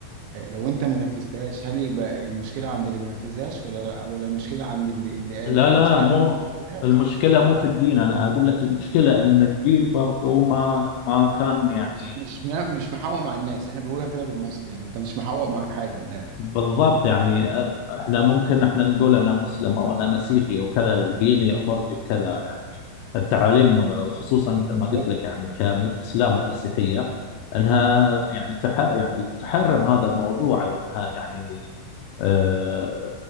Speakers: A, on the right; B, on the left.
A: لو انت ما نفذتهاش هل يبقى المشكله عند اللي ما نفذهاش ولا ولا المشكله عند اللي, اللي قال
B: لا لا
A: المشكله
B: مو
A: عند اللي ما نفذهاش
B: المشكلة مو في الدين أنا أقول لك المشكلة أن الدين برضو ما ما كان يعني
A: مش مش مش محوق مع الناس احنا بنقولها كده بالمصري يعني انت مش محوق معاك حاجه من الاخر
B: بالضبط يعني أ- احنا ممكن احنا نقول انا مسلم او انا مسيحي وكذا وديني يامرني بكذا يعني التعاليم خصوصا مثل ما قلت
A: هو
B: لك يعني كاسلام او مسيحيه انها يعني تح يعني تحرم هذا الموضوع او انها يعني أه